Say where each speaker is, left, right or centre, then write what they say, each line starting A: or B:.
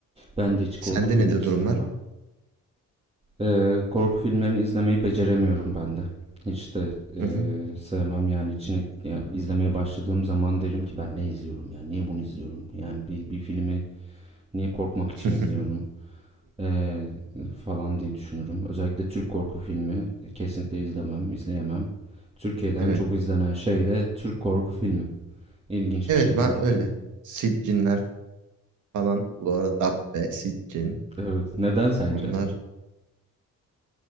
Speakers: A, on the right (about 20°); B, on the right (about 80°).
A: Ben de hiç korku
B: Sende
A: filmi
B: nedir
A: sevmem.
B: durumlar?
A: Ee, korku filmlerini izlemeyi beceremiyorum ben de. Hiç de e,
B: Hı hı.
A: sevmem yani içine ya izlemeye başladığım zaman derim ki ben ne izliyorum ya niye bunu izliyorum yani bir, bir filmi niye korkmak için
B: <laughs>
A: izliyorum Ee, falan diye düşünürüm. Özellikle Türk korku filmi e, kesinlikle izlemem izleyemem. Türkiye'den
B: Evet.
A: çok izlenen şey de Türk korku filmi İlginç
B: Evet
A: bir şekilde.
B: ben öyle. Siccinler falan bu arada Dabbe, Sitcin
A: Evet neden sence?
B: onlar.
A: <laughs>